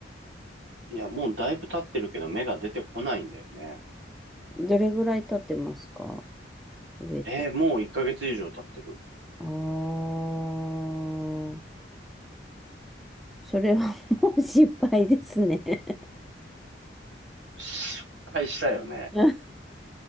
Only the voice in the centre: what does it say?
どれぐらい経ってますか植えて。
あー。それはもう失敗ですね
<laughs>